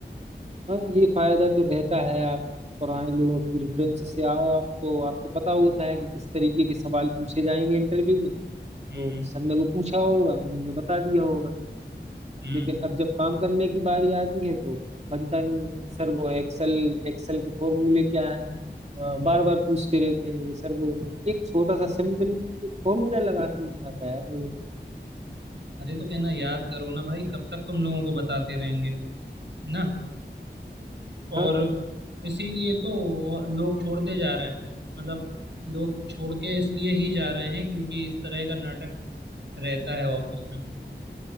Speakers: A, on the right; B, on the right.
A: हाँ ये फायदा तो रहता है आप पुराने लोगों की रेफरेंस से आओ आप तो आपको पता होता है कि किस तरीके के सवाल पूछे जाएंगे इंटरव्यू में तो
B: हम्म हम्म
A: सर ने वो पूछा होगा उन्होंने बता दिया होगा
B: हम्म।
A: लेकिन अब जब काम करने की बारी आती है तो बनता नहीं है सर वो एक्सेल एक्सेल के फॉर्मूले क्या है बार बार पूछते रहते हैं कि सर वो एक छोटा सा सिंपल एक फॉर्मूला लगाते नहीं आता है उन लोगों को
B: अरे तो कहना याद करो ना भाई कब तक तुम लोगों को बताते रहेंगे ना
A: हाँ
B: और इसीलिए तो लोग छोड़ते जा रहे हैं मतलब लोग छोड़ के इसलिए ही जा रहे हैं क्योंकि इस तरह का नाटक रहता है ऑफिस में